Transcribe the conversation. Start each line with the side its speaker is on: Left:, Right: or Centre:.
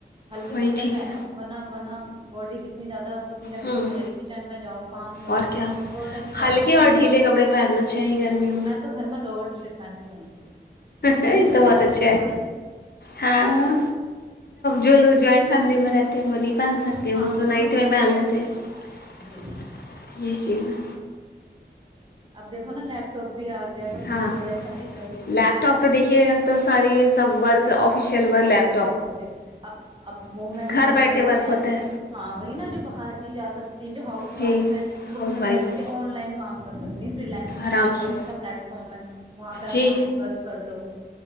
Right: ہلکے
Left: وہی
Right: کپڑے
Left: ٹھیک
Right: پہنو
Left: ہے
Right: ورنا ورنا باڈی کتنی زیادہ پسینے پسینے
Left: ہوں
Right: ہو جائے گی کچن میں جاؤ کام کرو
Left: اور کیا
Right: کوٹنی بیٹر
Left: ہلکے
Right: ہے
Left: اور ڈھیلے کپڑے پہننا چاہیے
Right: جی
Left: گرمیوں
Right: میں تو گھر میں لوور ٹی شرٹ پہن گھومتی ہوں مجھ سے
Left: یہ
Right: نہیں پہنے
Left: تو بات
Right: جاتے
Left: چ
Right: کپڑے
Left: ہاں جلو جٹ فیملی مبر آتے ہیں بولی پہن سکتے
Right: ہاں
Left: وہ تو نائٹ
Right: نہیں
Left: میں پہن
Right: سکتے
Left: لیتے یہی
Right: جی جی
Left: چیز ہیں
Right: اب دیکھو نا لیپٹاپ بھی آ گیا کمپیوٹر
Left: ہاں
Right: ہے ساری چ
Left: لیپ ٹاپ پہ دیکھیے اب تو ساری سب ورک آفیشل وا لپ
Right: د اب اب وومینس
Left: گھر
Right: جو
Left: بیٹھے
Right: ہیں لڑکیاں
Left: ورک ہوتا
Right: ہیں
Left: ہے
Right: ہاں وہی نا جو باہر نہیں جا سکتی جو ہاؤس
Left: جی
Right: وائف ہے وہ
Left: ہاؤس
Right: گھر
Left: وائف
Right: بیٹھ
Left: ہے
Right: کے آن لائن کام کر سکتی ہیں فری لائنسنگ
Left: آرام
Right: ایک بہت
Left: سے
Right: اچھا پلیٹ فارم ہے وہاں پہ آپ
Left: جی
Right: آن لائن ورک کر لو